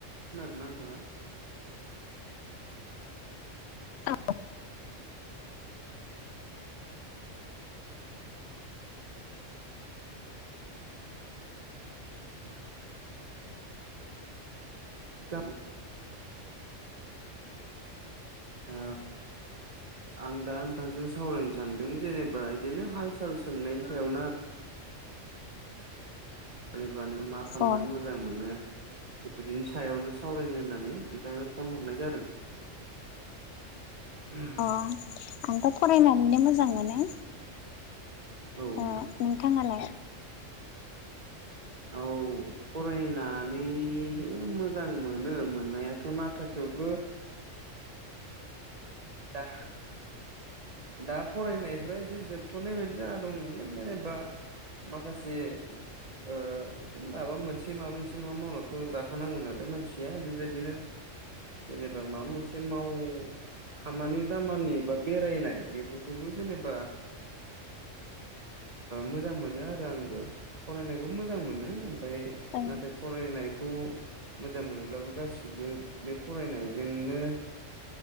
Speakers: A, on the right; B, on the left.
A: खोनादोंना नोथाङा
B: औ
A: खाम आ आं दा नोंथांजों सावरायनो सान्दों जेनेबा बिदिनो हाल साल सोंनायनि सायावनो आरो जेनेबा नों मा खालामना
B: अ
A: मोजां मोनो बिदिनो सायावनो सावरायनो होननानै नोंथांनो फन हरनाय जादों उ
B: अ आंथ' फरायनानैनो मोजां मोनो
A: औ नोंथां
B: नोंथाङालाय
A: आ फरायनानैनो मोजां मोनो मोननायाथ' नाथा थेवबो दा दा फरायनायफ्रा एसे जोबथ'नाय बायदि जाना दं नालाय जेनेबा माखासे बिदिनो माबा मोनसे माबा मोनसे नङा मावनाथ' जाखानांगौ नालाय मानसिया बेबायदिनो जेनेबा माबा मोनसे माव खामानि दामानि बा बेरायनाय बेफोरखौबो जेनेबा मोजां मोनो आरो आंबो फरायनायखौ मोजां मोनो ओमफ्राय
B: औ
A: नाथाय फरायनायखौ मोजां मोनोब्लाबो गासिबो बे फरायनायजोंनो